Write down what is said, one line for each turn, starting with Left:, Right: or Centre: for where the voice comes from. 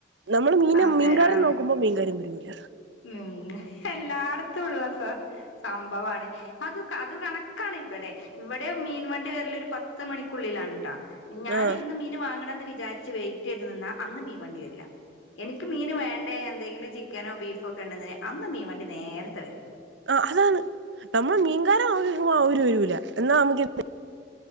Right: നമ്മള് മീന
Left: അതെ
Right: മീൻകാര
Left: ആഹ്
Right: നോക്കുമ്പോ മീൻകാര് വരൂല
Left: ഉം എല്ലായിടത്തും ഉള്ള സ സംഭവമാണ് അത് അത് കണക്കാണ് ഇവിടെ ഇവിടെ മീൻ വണ്ടി വരല് ഒരു പത്ത് മണിക്കുള്ളിലാണ് ട്ടാ ഞാൻ
Right: ആഹ്
Left: ഇന്ന് മീൻ വാങ്ങണം എന്ന് വിചാരിച്ച് വെയിറ്റ് ചെയ്ത് നിന്നാ അന്ന് മീൻ വണ്ടി വരില്ല എനിക്ക് മീന് വേണ്ട എന്തെങ്കിലും ചിക്കനോ ബീഫ് ഒക്കെ ഉണ്ടെ അന്ന് മീൻ വേണ്ടി നേരത്തെ വരും
Right: ആ അതാണ് നമ്മൾ മീൻകാര നോക്കിക്കുമ്പോ അവരു വെരൂല എന്നാ നമുക്ക്